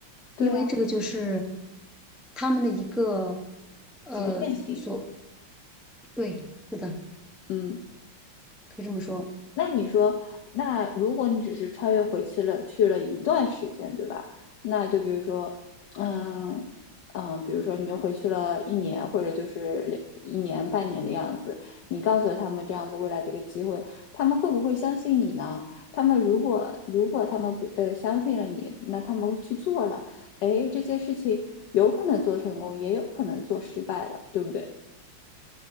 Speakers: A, on the left (about 60°); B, in the centre.
A: 对呀。
B: 因为这个就是他们的一个呃所，
A: 局限性。
B: 对，是的，
A: 嗯，
B: 可以这么说。
A: 那你说，那如果你只是穿越回去了，去了一段时间，对吧？那就比如说，嗯嗯，比如说你就回去了一年，或者就是两一年半年的样子，你告诉了他们这样子未来的一个机会，他们会不会相信你呢？他们如果如果他们不呃相信了你，那他们去做了，哎，这件事情有可能做成功，也有可能做失败了，对不对？